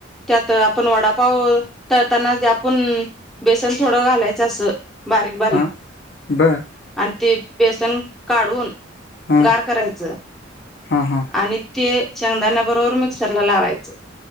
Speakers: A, in the centre; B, on the left (about 60°).
A: त्यात आपण वडापाव तळताना आपण बेसन थोडं घालायचं असं बारीक बारीक
B: हा बर
A: आणि ते बेसन काढून
B: हा
A: गार करायचं
B: हा हा
A: आणि ते शेंगदाण्या बरोबर मिक्सर ला लावायचं.